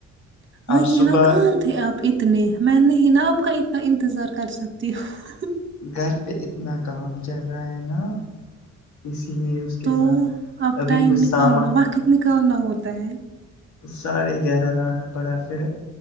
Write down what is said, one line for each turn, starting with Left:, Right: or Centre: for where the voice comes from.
Right: وہی
Left: اب صبح
Right: نا کہاں تھے آپ اتنے میں نہیں نا آپ کا اتنا انتظار کر سکتی ہ
Left: گھر پہ اتنا کام چل رہا ہے نا اس لیے اس کے
Right: تو
Left: ساتھ
Right: اب
Left: ابھی
Right: ٹائم
Left: کچھ ساما
Right: نکالنا وقت نکالنا ہوتا ہے
Left: ساڑے گہرا لانا پڑا پھر